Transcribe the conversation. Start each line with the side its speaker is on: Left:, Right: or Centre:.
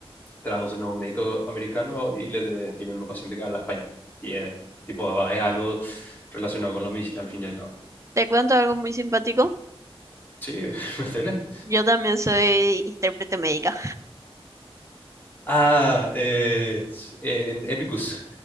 Left: traducen a un médico americano y le de- tienen un paciente que habla español. Y es, tipo, es algo relacionado con la medicina al fin y al cabo.
Right: Te cuento algo muy simpático.
Left: Sí, <laughs> metele.
Right: Yo también soy intérprete médica.
Left: Ah, eh, en Epicus,